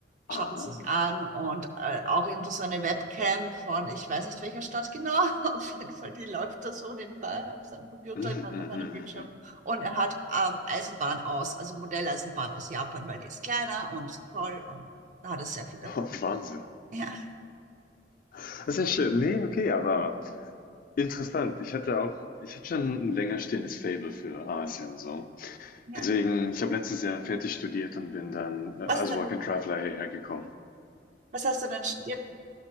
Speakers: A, on the right; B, on the left.
A: schauen
B: Ah,
A: sich an und äh, auch irgendwie so eine Webcam von, ich weiß nicht welcher Stadt genau, <laughs> auf jeden Fall, die läuft da so nebenbei auf seinem Computer,
B: mm, mm,
A: in- auf
B: mm,
A: einem
B: mm.
A: Bildschirm.
B: mm.
A: Und er hat ähm, Eisenbahn aus, also Modelleisenbahn aus Japan, weil die ist kleiner und toll und da hat er sehr viel davon.
B: <laughs> Wahnsinn.
A: Ja,
B: Das ist ja schön. Nee, okay, aber. Interessant. Ich hatte auch ich hatte schon ein länger stehendes Faible für Asien so.
A: ja.
B: Deswegen ich habe letztes Jahr fertig studiert und bin dann, äh, als
A: Was denn?
B: Work and Traveler hierher gekommen.
A: Was hast du denn studiert?